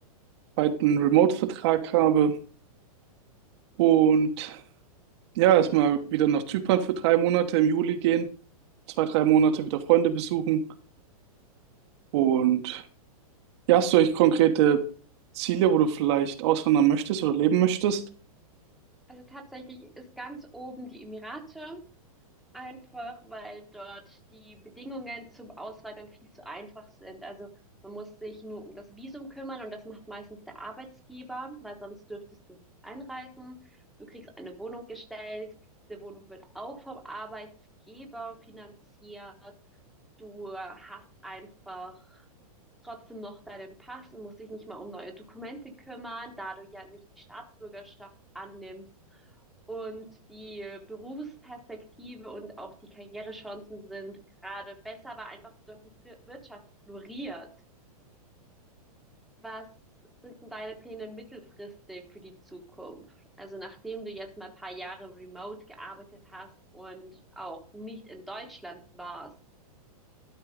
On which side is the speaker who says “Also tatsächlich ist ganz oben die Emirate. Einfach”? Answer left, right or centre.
Centre